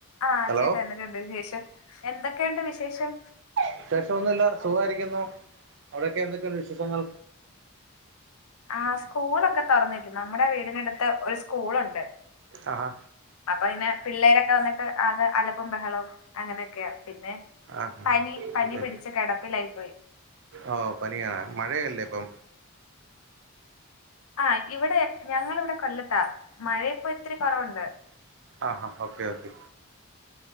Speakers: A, on the left; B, on the right.
A: ആ
B: ഹലോ
A: ചേട്ടാ ന്തൊക്കെയുണ്ട് വിശേഷം എന്തൊക്കെയുണ്ട് വിശേഷം
B: വിശേഷമൊന്നുമില്ല സുഖായിരിക്കുന്നു അവിടൊക്കെ എന്തൊക്കെയുണ്ട് വിശേഷങ്ങൾങ്ങൾ
A: ആ സ്കൂളൊക്കെ തുറന്നില്ല നമ്മുടെ വീടിനടുത്ത് ഒരു സ്കൂളുണ്ട്
B: ആഹാ
A: അപ്പൊ ഇനേ പിള്ളേരൊക്കെ വന്നിട്ട് ആകെ അലപ്പും ബഹളവും അങ്ങനെയൊക്കെയാ പിന്നെ
B: ആഹാ
A: പനി പനി
B: ഓക്കെ
A: പിടിച്ച് കിടപ്പിലായി പോയി
B: ഓ പനിയാണ് മഴയല്ലേ ഇപ്പം
A: ആ ഇവിടെ ഞങ്ങളിവിടെ കൊല്ലത്താ മഴ ഇപ്പോ ഇത്തിരി കുറവുണ്ട്
B: ആ ഓക്കെ ഓക്കെ